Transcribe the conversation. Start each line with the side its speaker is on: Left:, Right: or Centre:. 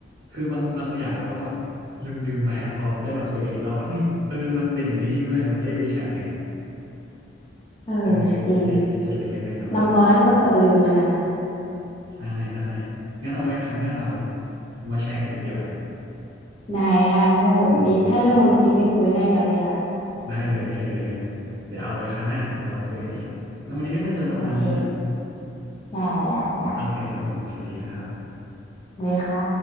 Right: คือบางบางอย่างเราก็ลืมลืมไปอ่ะพอได้มาคุยกันอีกรอบว่าเอ้ยเออมันเป็นอย่างนี้จริงด้วยมันได้รีแคปไง
Left: เออ
Right: เออเออมีเจ็ดเล็กๆน้อย
Left: จริงบางตอนแรกมก็เกือบลืมไปแล้วนะ
Right: ๆใช่ใช่งั้นเอาไว้ครั้งหน้าเรามาแชร์กันอีกดีกว่า
Left: ได้ได้เพราะแบบมีถ้าเรื่องวันพีซนี่คุยได้ยาว
Right: อ่า ได้เลยได้เลยงั้นเดี๋ยวเอาไปครั้งหน้าเดี๋ยวเรามาคุยกันอีกครับงั้นวันนี้ก็น่าจะประมาณนี้เนอะ
Left: ๆโอเคได้ได้ได้
Right: โอเคครับผมสวัสดีครับ
Left: เลัาค่ะ